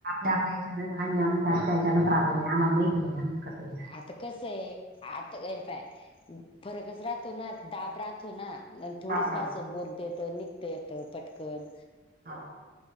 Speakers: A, on the right; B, on the left.
A: लॅपलेच्यान ान्याम चचान त्याेच्यान प्रापोणे आमला माहिती व आ कत आहे.
B: आता कस आहे आता हे पाय फरकच राहतो ना दाब राहतो ना. आणि थोडीच
A: बाप राहतो
B: भसत बोलते येत निघत येत पटकन.
A: हो